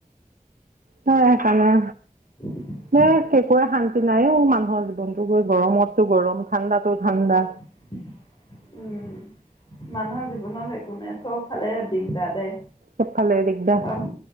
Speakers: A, on the right; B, on the left.
A: হয় ঠাণ্ডা।
B: <unintelligible>
A: ন একোৰে শান্তি নাইও, মানুহৰ জীৱনটো গৈ গৰমতো গৰম ঠাণ্ডাটো ঠাণ্ডা।
B: <unintelligible> উম, মানুহৰ জীৱনত একো নাই চবফালে দিগদাৰ দে।
A: চব ফালে দিগদাৰ।
B: অহ